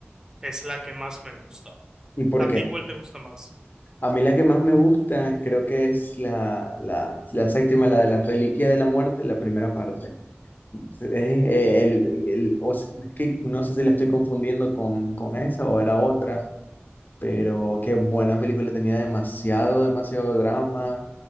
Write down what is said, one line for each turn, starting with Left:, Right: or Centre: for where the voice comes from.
Right: es la que más me gusta.
Left: ¿Y por
Right: ¿A
Left: qué?
Right: ti cuál te gusta más?
Left: A mí la que más me gusta creo que es la, la, la séptima, la de las Reliquias de la Muerte, la primera parte. Es, eh, el, el- o s- es que no sé si la estoy confundiendo con, con esa o era otra. Pero qué buena película, tenía demasiado, demasiado drama.